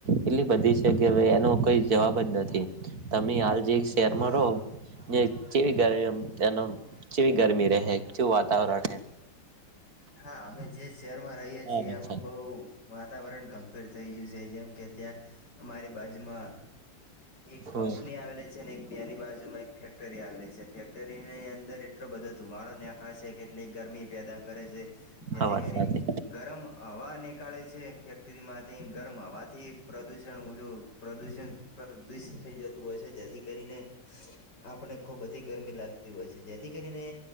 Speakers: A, on the right; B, on the left.
A: એટલી બધી છે કેવે એનો કઈ જવાબ જ નથી તમે હાલ જે શેરમાં
B: હા
A: રહો કેવી ગરમી એ કેવી ગરમી રહે કેવું વાતાવરણ રહે.
B: હા અમે જે શહેરમાં રહીએ
A: હા
B: છીએ એમાં બહુ વાતાવરણ ગંભીર થઈ ગયું છે જેમ કે ત્યાં અમારી બાજુમાં એક
A: હમ
B: કંપની આવેલે છે ને એક બેની બાજુ માં એક ફેક્ટરી આવેલી છે ફેક્ટરી ની અંદર એટલો બધો ધુમાડો ને આ અહ છે કેટલી ગરમી પેદા કરે છે જેથી
A: અવાજ
B: કરીને
A: સાથે
B: ગરમ હવા નીકાળે છે ફેક્ટરીમાંથી ગરમ હવાથી પ્રદુષણ ઓલું પ્રદુષણ પ્રદૂષ થઈ જતું હોય છે જેથી કરીને આપણે ખૂબ બધી ગરમી લાગતી હોય છે જેથી કરીને